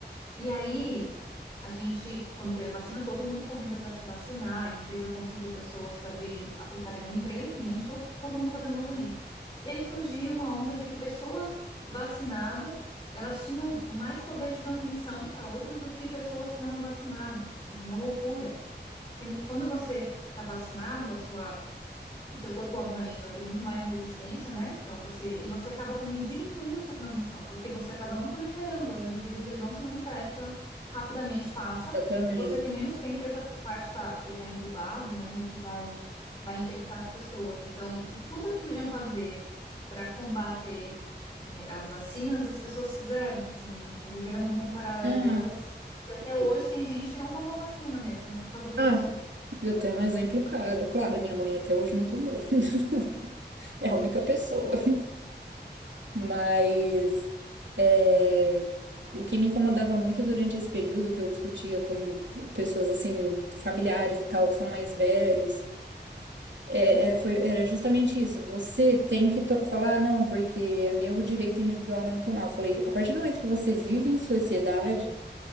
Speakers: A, on the left (about 25°); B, on the right (about 80°).
A: E aí, a gente, quando teve vacina, todo mundo correndo para se vacinar, a empresa conseguiu pessoas para virem aplicarem na empresa, enfim, a gente todo, todo mundo fazendo movimento. E aí surgiu uma onda de que pessoas vacinadas, elas tinham mais poder de transmissão para outras do que pessoas que não eram vacinadas, assim, uma loucura. Sendo que quando você está vacinado, a sua o seu corpo, obviamente, vai ter muito mais resistência, né? Então você e você acaba também diminuindo essa transmissão, porque você acaba não proliferando. Às vezes o vírus ele não se manifesta rapidamente, passa
B: exatamente.
A: e você tem menos tempo para essa parte tá- que ele está incubado, né? E que vai vai infectar as pessoas. Então, de tudo que podiam fazer para combater eh, as vacinas, as pessoas fizeram, assim, viveram no mundo paralelo
B: Ah,
A: delas. E até hoje
B: e-
A: tem gente que não tomou vacina mesmo por causa disso.
B: ah, eu tenho um exemplo, cara. Claro, minha mãe até hoje não tomou. <laughs> É a única pessoa. Mas é, o que me incomodava muito durante esse período que eu discutia com pessoas assim, familiares e tal, que são mais velhos, é, é, foi, era justamente isso. Você tem que to- falar, "Ah, não, porque é meu direito individual não tomar. Eu falei, a partir do momento que você vive em sociedade,